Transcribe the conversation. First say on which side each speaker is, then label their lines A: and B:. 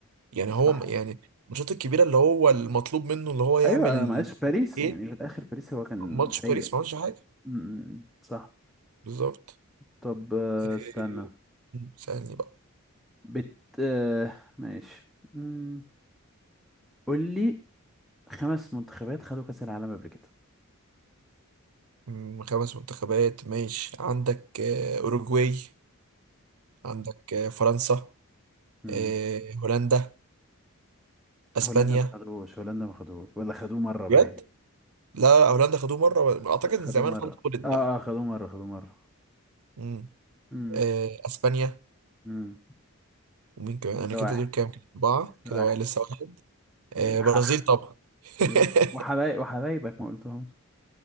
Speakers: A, on the right; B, in the centre.
A: يعني هو
B: صح
A: م- يعني الماتشات الكبيره اللي هو المطلوب منه اللي هو يعمل
B: أيوة آه، معلش باريس
A: ايه
B: يعني في الآخر باريس هو كان
A: ماتش
B: سيء
A: باريس ما عملش حاجه
B: امم صح
A: بالظبط
B: طب آه،
A: إيه،
B: استنى
A: سألني بقى
B: بت آه ماشي امم قول لي خمس منتخبات خدوا كأس العالم قبل كده
A: مم، خمس منتخبات ماشي عندك آه، اوروجواي عندك آه، فرنسا
B: امم
A: آه، هولندا اسبانيا
B: هولندا بس ما خدوش هولندا ما خدوش ولا خدوه مرة باين
A: بجد لا هولندا خدوه مره اعتقد
B: لا، خدوه
A: ان زمان
B: مرة
A: خلاص خدت
B: اه
A: بقى
B: اه خدوه مرة خدوه مرة
A: مم.
B: امم
A: آه، اسبانيا
B: امم
A: ومين كمان انا
B: ده
A: كده
B: واحد
A: دول كام اربعه كده
B: واحد
A: بقى لسه واحد آه،
B: إيه، حح
A: برازيل طبعا <laughs>
B: بالظبط. وحبايب وحبايبك ما قلتهمش